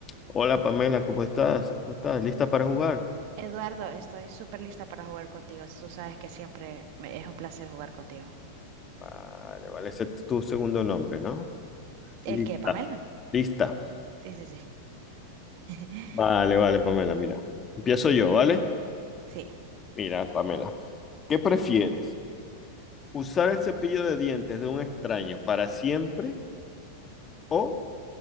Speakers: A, on the left; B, on the right.
A: Hola Pamela, ¿cómo estás? ¿Cómo estás? ¿Lista para jugar?
B: Eduardo, estoy súper lista para jugar contigo. Tú sabes que siempre me- es un placer jugar contigo.
A: Vale, vale, ese es tu segundo nombre, ¿no?
B: ¿El
A: Lista.
B: qué, Pamela?
A: Lista.
B: Sí, sí, sí. <laughs>
A: Vale, vale, Pamela, mira. Empiezo yo, ¿vale?
B: Sí.
A: Mira, Pamela, ¿qué prefieres? ¿Usar el cepillo de dientes de un extraño para siempre o